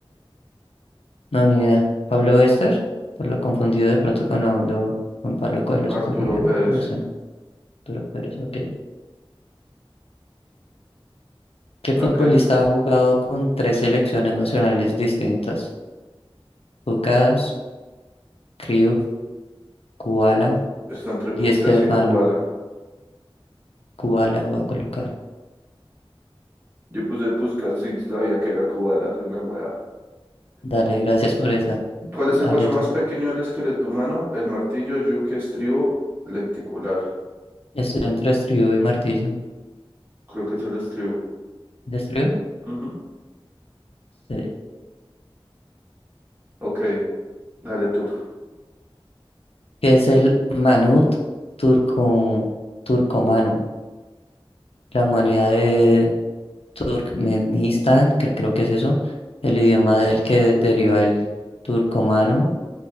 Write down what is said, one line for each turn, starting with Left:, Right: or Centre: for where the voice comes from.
Left: No, ni idea. ¿Pablo Bester? por lo confundido de pronto con Pablo, con Pablo Coelho
Right: Arturo
Left: se confundieron.
Right: Pérez.
Left: No sé, pero, pero es ok. ¿Qué futbolista
Right: ¿A qué?
Left: ha jugado con tres selecciones nacionales distintas? Lucas, Cruyff, Kubala,
Right: Está entre Puskás
Left: Di Stefano.
Right: y Kubala.
Left: Kubala voy a colocar.
Right: Yo puse Puskás y sabía que era Kubala, soy una weá.
Left: Dale, gracias por esa.
Right: ¿Cuál
Left: Dale
Right: es el hueso
Left: tú.
Right: más pequeño del esqueleto humano? El martillo, yunque, estribo, lenticular.
Left: Estoy entre estribo y martillo.
Right: Creo que es el estribo.
Left: ¿De estribo?
Right: Ujú.
Left: Sí.
Right: Ok, dale tú.
Left: ¿Qué es el Manut turco, turcomano? La moneda de, Turkmenistán, cre- creo que es eso, el idioma del que deriva el turcomano,